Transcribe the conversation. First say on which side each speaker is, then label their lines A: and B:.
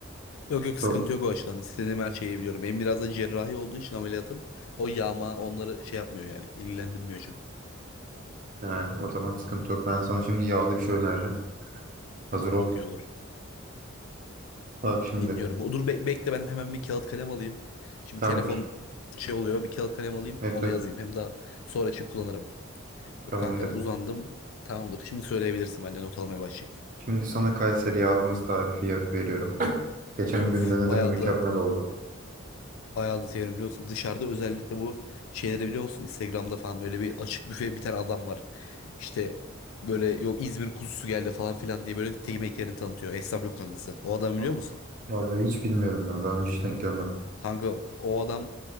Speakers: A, on the left; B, on the right.
A: Yok yok sıkıntı
B: Yok.
A: yok o açıdan. İstediğim her şeyi biliyorum. Benim biraz da cerrahi olduğu için ameliyatım. O yağma onları şey yapmıyor yani. İlgilendirmiyor çok.
B: He, o zaman sıkıntı yok. Ben sana şimdi yağlı bir şey önereceğim. Hazır
A: Çok
B: ol.
A: iyi olur.
B: Bak şimdi.
A: Dinliyorum. O, dur be- bekle ben hemen bir kağıt kalem alayım. Şimdi
B: Tamamdır.
A: telefon şey oluyor. Bir kağıt kalem alayım.
B: Evet,
A: Ona
B: evet,
A: yazayım. Hem daha sonra için kullanırım.
B: tamamdır.
A: Dur kanka uzandım. Tamamdır. Şimdi söyleyebilirsin. Ben de not almaya başlayayım.
B: Şimdi sana Kayseri yağlaması tarifi yap- veriyorum. Geçen
A: Of
B: gün denedim
A: bayağı
B: mükemmel
A: da
B: oldu.
A: Bayağı da severim biliyor musun Dışarıda özellikle bu şeyleri biliyor musun? Instagram'da falan böyle bir açık büfe bir tane adam var. İşte böyle yok İzmir kuzusu geldi falan filan diye böyle yemek tanıtıyor. Esnaf lokantası. O adam
B: Ha,
A: biliyor musun?
B: Vallahi hiç bilmiyorum ya. Daha önce hiç denk gelmedim.
A: Kanka o adam